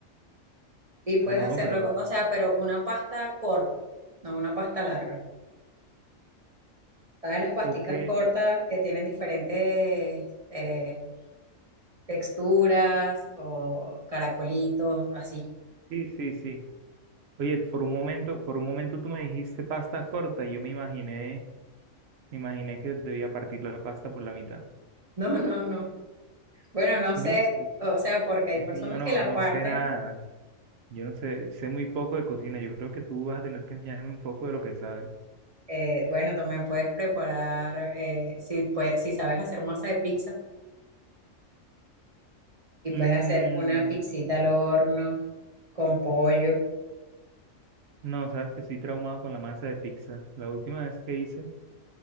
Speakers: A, on the right; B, on the right.
A: Y puedes
B: Ah, no,
A: hacerlo,
B: pero,
A: co- o sea, pero una pasta corta, no una pasta larga. ¿Sabes las pasticas
B: ok,
A: cortas que tienen diferentes eh, texturas o caracolitos, así? <laughs>
B: sí, sí, sí. Oye, por un momento, por un momento tú me dijiste pasta corta y yo me imaginé, me imaginé que debía partir la pasta por la mitad.
A: No, no, no. Bueno, no
B: ¿Viste?
A: sé,
B: Es
A: o
B: que
A: sea, porque hay
B: es
A: personas
B: que yo no,
A: que la
B: no
A: parten.
B: sé nada. Yo no sé, sé muy poco de cocina. Yo creo que tú vas a tener que enseñarme un poco de lo que sabes.
A: eh, bueno, también puedes preparar, eh, si, pues, si sabes hacer masa de pizza, y
B: Mm,
A: puedes hacer una pizzita al horno con pollo,
B: no, sabes que estoy traumado con la masa de pizza. La última vez que hice,